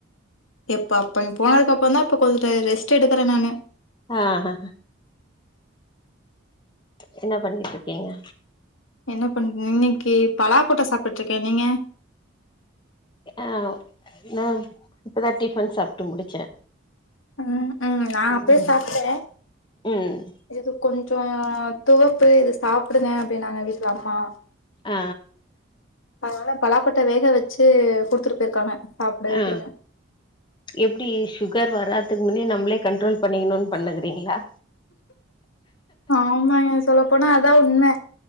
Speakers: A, on the left; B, on the left.
A: எப்போ அப்ப நீங்க போனதுக்கு அப்பம் தா இப்ப கொஞ்ச ரெஸ்ட் எடுக்கற நானு
B: ஆ ஹஹ என்ன பண்ணிட்ருக்கீங்க
A: என்ன பண் இன்னக்கி பலாக்கொட்ட சாப்ட்டுட்ருக்கெ நீங்க
B: ஆ நா இப்பதா டிஃபன் சாப்ட்டு முடிச்செ
A: ம் ம் நா அப்பயெ
B: ம்
A: சாப்ட்டே
B: ம்
A: இது கொஞ்சோ துவப்பு இது சாப்டுங்க அப்டின்னாங்க வீட்ல அம்மா
B: ஆ
A: அதனால பலாக்கொட்ட வேக வச்சு குடுத்துட்டு போயிருக்காங்க சாப்டு
B: ஆ
A: அப்டின்னு
B: எப்டி சுகர் வராதுக்கு முன்னே நம்மளே கண்ட்ரோல் பண்ணிக்கணும்னு பண்ணுக்கிறீங்ளா
A: ஆமாங்க சொல்லப்போனா அதா உண்ம